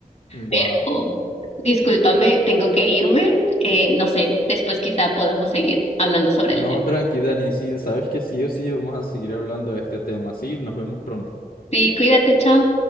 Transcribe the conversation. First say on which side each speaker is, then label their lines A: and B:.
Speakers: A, on the left (about 75°); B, on the left (about 50°).
A: Wow.
B: Pero discúlpame, tengo que irme. Eh, no sé, después quizá podamos seguir hablando sobre el
A: No,
B: tema.
A: tranqui Dani sí, sabes que sí o sí vamos a seguir hablando de este tema. Sí, nos vemos pronto.
B: Sí, cuídate, chao.